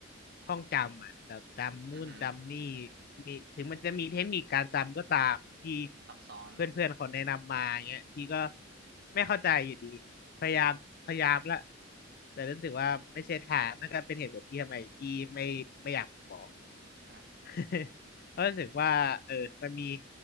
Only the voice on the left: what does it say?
ท่องจำอ่ะแบบจำนู่นจำนี่
มีถึงมันจะมีเทคนิคการจำก็ตามที่
เพื่อนๆเขาแนะนำมาเงี้ยพี่ก็ไม่เข้าใจอยู่ดีพยายามพยายามละแต่รู้สึกว่าไม่ใช่ทางนั่นก็เป็นเหตุผลที่ทำไมพี่ไม่ไม่อยากเป็นหมอ
<laughs> เพราะรู้สึกว่าเออมันมี